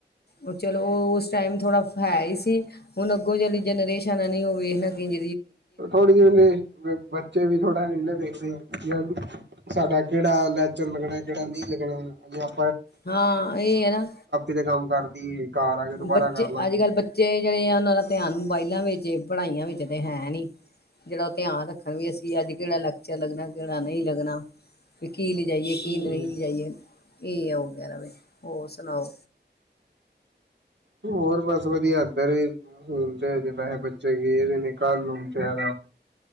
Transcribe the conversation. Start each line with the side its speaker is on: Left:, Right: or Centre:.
Left: ਉਹ ਚਲੋ ਉਹ ਉਸ ਟਾਈਮ ਥੋੜਾ ਹੈ ਹੀ ਸੀ ਹੁਣ ਅੱਗੋਂ ਜਲੀ ਜਨਰੇਸ਼ਸ਼ਨ ਨੀ ਹੋਵੇ ਵੇਖਣਾ ਕਿੰਝ
Right: ਥੋੜ੍ਹੀਿਨੇ ਬੱਚੇ ਵੀ ਥੋੜਾ ਇਹਨੇ ਦੇਖਦੇ ਸੀ <unintelligible> <unintelligible> ਸਾਡਾ ਕਿਹੜਾ ਲੈਚਰ ਲੱਗਣਾ ਕਿਹੜਾ ਨਹੀਂ ਲੱਗਣਾ ਅ ਆਪ
Left: ਹਾਂ ਇਹ ਹੈ ਨਾ
Right: ਤੇ ਕੰਮ ਕਰ ਲਈਏ ਘਰ ਆ ਕੇ ਦੁਬਾਰਾ
Left: ਬੱਚੇ
Right: ਕਰ ਲਾਂਗੇ
Left: ਅੱਜ ਕੱਲ੍ਹ ਬੱਚੇ ਜਿਹੜੇ ਆ ਉਹਨਾਂ ਦਾ ਧਿਆਨ ਮੋਬਾਇਲਾਂ ਵਿੱਚ ਏ ਪੜ੍ਹਾਈਆਂ ਵਿੱਚ ਤੇ ਹੈਂ ਨੀ ਜਿਹੜਾ ਉਹ ਧਿਆਨ ਰੱਖਣ ਵੀ ਅਸੀਂ ਅੱਜ ਕਿਹੜਾ ਲੈਕਚਰ ਲੱਗਣਾ ਕਿਹੜਾ ਨਹੀਂ ਲੱਗਣਾ ਵੀ ਕੀ ਲਿ ਜਾਈਏ ਕੀ
Right: ਹਮ
Left: ਲਈ ਨਹੀਂ ਲਿ ਜਾਈਏ ਇਹਏ ਆ ਵਗੈਰਾ ਵੀ ਹੋਰ ਸੁਣਾਓ
Right: ਹੋਰ ਬਸ ਵਧੀਆ ਇਧਰ ਸੂਲਤਜੇ ਪੈਸੇ ਬੱਚੇ ਗਏ ਨੇ ਘਰ ਨੂੰਦਾ